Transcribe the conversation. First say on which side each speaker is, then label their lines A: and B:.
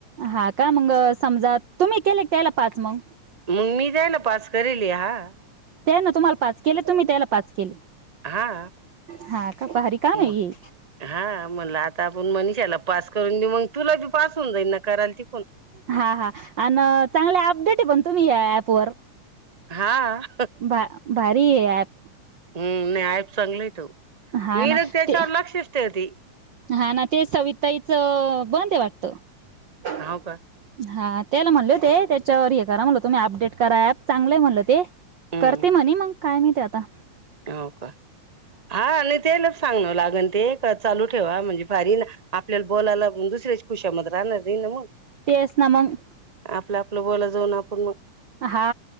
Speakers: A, on the right; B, on the right.
A: हा का मग समजा तुम्ही केले त्यायला पाच मग.
B: मग मी जायला पाच करे <unintelligible>
A: त्या ना तुम्हाला पाच केले तुम्ही त्याला. पाच केले.
B: हा
A: हा का भारी काम
B: म
A: आहे हे
B: हा म्हणलं आता आपण मनिषाला पाच करून देऊ मग तुला बी पाच होन जाईल. कराल ती. पण
A: हा हा अन चांगल अपडेट आहे पण तुम्ही या ऍप वर.
B: हा.
A: भा, भारी हे याप.
B: हम्म नाही. चांगलं तो
A: हा
B: मी
A: ना
B: लग त्याच्यावर
A: ते
B: लक्षच ठेवते
A: हा ना ते सविताईच बंद वाट <unintelligible>
B: हो का
A: हा त्याला म्हणले होते त्याच्यावर येत. करा म्हटलं तुम्ही अपडेट करा ऍप चांगलंय म्हणलं ते.
B: हम्म
A: करते म्ह <unintelligible> काय माहीती आता.
B: हो का. हा आले ते ल <unintelligible> ते चालू ठेवा म्हणजे फारी ना. आपल्याला बोयला दुसरे खुश <unintelligible>
A: तेच ना मंग
B: आपलं आपलं बोला जाऊन आपण
A: हा